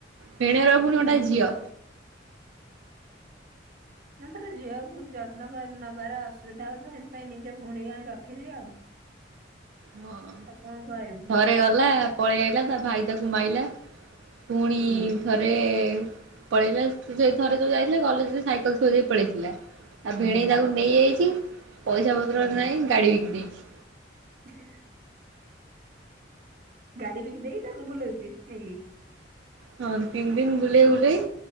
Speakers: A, on the right; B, on the right.
A: ଭିଣେର ପୁଣି ଗୋଟେ
B: ହୁଁ।
A: ଝିଅ।
B: ନାଁ ତାର ଝିଅକୁ ଯତ୍ନ କରି ନବାର ଅସୁବିଧା ହଉଥିବ, ସେଥିପାଇଁ ନିଜେ ଭଉଣୀକୁ ଆଣି ରଖିଛି ଆଉ।
A: ହଁ।
B: ତ କଣ କହିବୁ?
A: ଥରେ ଗଲା ପଳେଇ ଆଇଲା ତା ଭାଇ ତାକୁ ମାଇଲା ପୁଣି
B: ହୁଁ
A: ଥରେ ପଳେଇଲା ସେ ଥର ଯଉ ଯାଇଥିଲା କଲେଜରେ ସାଇକଲ ଥୋଇଦେଇ ପଳେଇଥିଲା। ତା ଭିଣେଇ
B: ହୁଁ
A: ତାକୁ ନେଇଯାଇଛି ପଇସା ପତ୍ର
B: ହୁଁ।
A: ନାହିଁ ଗାଡ଼ି ବିକି ଦେଇଛି।
B: <unintelligible> ଗାଡ଼ି ବିକି ଦେଇକି ତାକୁ ବୁଲଉଛି ନେଇକି।
A: ହଁ ତିନି ଦିନ ବୁଲେଇ ବୁଲେଇ